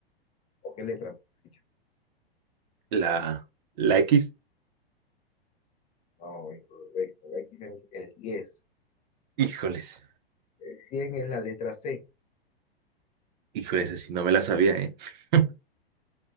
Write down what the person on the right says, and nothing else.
La, la X.
Híjoles,
híjoles, así no me la sabía, ¿eh? <laughs>